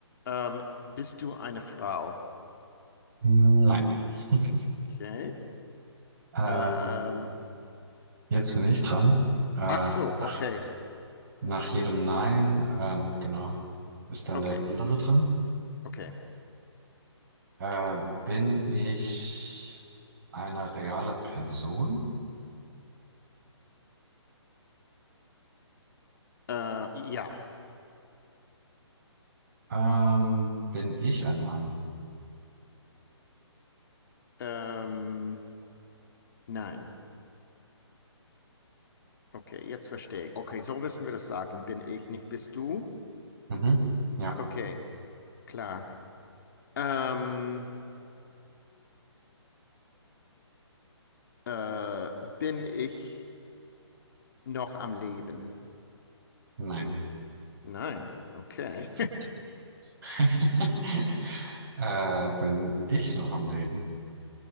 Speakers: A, on the left (about 45°); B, on the right (about 40°).
A: Ähm, bist du eine Frau?
B: Nein. <laughs>
A: Okay.
B: Ähm,
A: Ähm,
B: jetzt bin ich dran. Äh,
A: ach so,
B: nach,
A: okay.
B: nach jedem Nein, ähm, genau, ist dann
A: Okay,
B: der andere dran.
A: okay.
B: Äh, bin ich eine reale Person?
A: Äh, ja.
B: Ähm, bin ich ein Mann?
A: Ähm, nein. Okay, jetzt verstehe ich. Okay, so müssen wir das sagen. Bin ich nicht, bist du?
B: Mhm. Ja,
A: Okay, klar. Ähm, äh, bin ich noch am Leben?
B: nein.
A: Nein. Okay.
B: Stimmt. <laughs> Äh, bin ich noch am Leben?